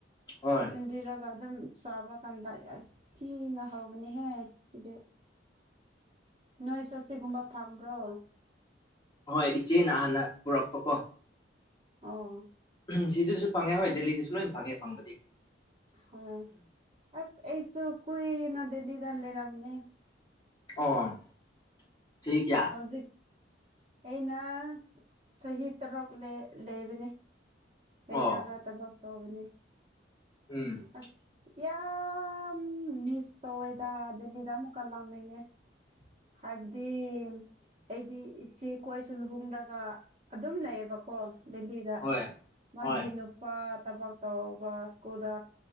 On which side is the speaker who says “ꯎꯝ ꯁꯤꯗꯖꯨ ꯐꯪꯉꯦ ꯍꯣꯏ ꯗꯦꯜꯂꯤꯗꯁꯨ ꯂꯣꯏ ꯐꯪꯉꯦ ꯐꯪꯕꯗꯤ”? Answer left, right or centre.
Left